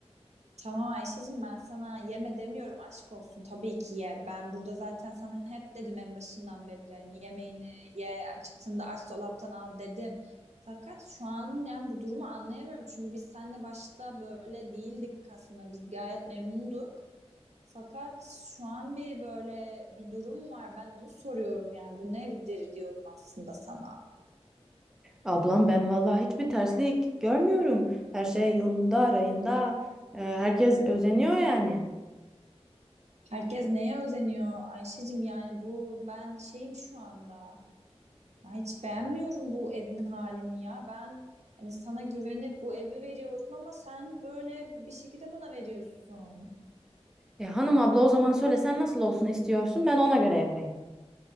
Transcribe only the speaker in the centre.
Ablam ben vallahi hiçbir terslik görmüyorum. Her şey yolunda, arayında. Ee, herkes özeniyor yani.
E, hanım abla o zaman söyle sen nasıl olsun istiyorsun ben ona göre yapayım.